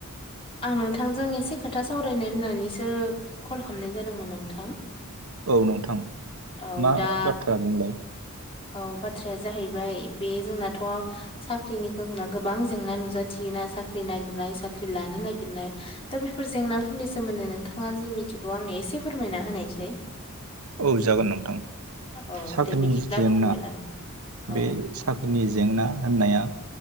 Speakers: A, on the left (about 25°); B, on the right (about 90°).
A: आं नोंथांजों एसे खोथा सावरायनो होननानैसो कल हामनाय जादोंमोन नोंथां
B: औ नोंथां
A: औ
B: मा
A: दा
B: बाथ्रा बुंलाय
A: औ बाथ्राया जाहैबाय बे जोंनाथ' साख्रिनि गुना गोबां जेंना नुजाथियोना साख्रि नागिरनाय साख्रि लानो नागिरनाय दा बेफोर जेंनाफोरनि सोमोन्दै नोंथाङा जि मिथिगौ आंनो एसे फोरमायना होनायसै
B: औ जागोन नोंथां
A: औ
B: साख्रिनि
A: दे बिदिब्ला
B: जेंना
A: फोरमायलां औ
B: बे साख्रिनि जेंना होननाया